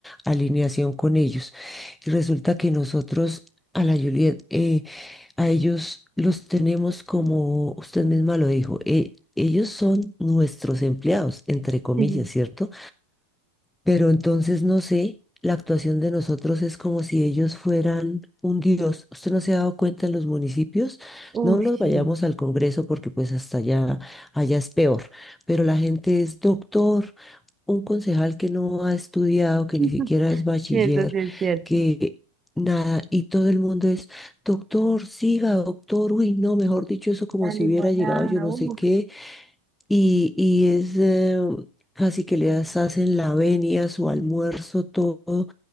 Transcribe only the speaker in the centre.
alineación con ellos. Y resulta que nosotros a la Juliet, eh, a ellos los tenemos como usted misma lo dijo, eh, ellos son nuestros empleados, entre comillas,
¿cierto? Pero entonces no sé, la actuación de nosotros es como si ellos fueran un dios. ¿Usted no se ha dado cuenta en los municipios?
No nos vayamos
al Congreso porque pues hasta allá, allá es peor. Pero la gente es doctor, un concejal que no ha estudiado, que
ni siquiera es bachiller,
que nada, y todo el mundo es, doctor, siga, doctor, uy, no, mejor dicho, eso como
si
hubiera llegado yo no
sé qué y, y es eh, casi que les hacen la venia, su almuerzo, todo,